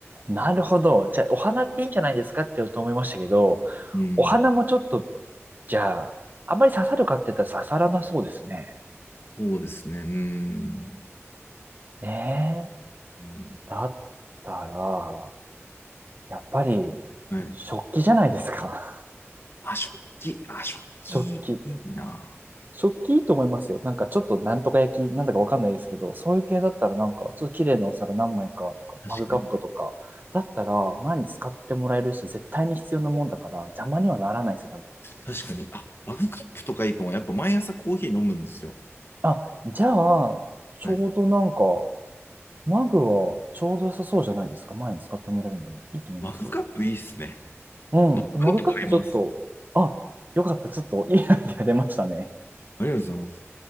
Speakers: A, on the right; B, on the left.
A: なるほど。じゃあ、お花っていいんじゃないですかって言おうと思いましたけど、
B: うん。
A: お花もちょっと、じゃあ、あんまり刺さるかって言ったら刺さらなそうですね。
B: そうですね。うん。
A: ええー
B: うん、
A: だったら、やっぱり、
B: はい。
A: 食器じゃないですか。
B: あ、食器。あ、食器、
A: <laughs> 食器。
B: いいな。
A: 食器いいと思いますよ。なんかちょっとなんとか焼き、なんだかわかんないですけど、そういう系だったらなんか、ちょっと綺麗なお皿何枚かとか、
B: 確かに。
A: マグカップとか、だったら前に使ってもらえるし、絶対に必要なもんだから邪魔にはならないですよ、多分。
B: 確かに。あ、マグカップとかいいかも。やっぱ毎朝コーヒー飲むんですよ。
A: あ、じゃあ、ちょうどなんか、
B: はい。
A: マグはちょうど良さそうじゃないですか。前に使ってもらえるんで、いいと思いますよ。
B: マグカップいいっすね。
A: うん。
B: マグカップ買います。
A: でマグカップちょっと、あ、よかった。ちょっといいアイデア出ましたね。
B: ありがとうございます。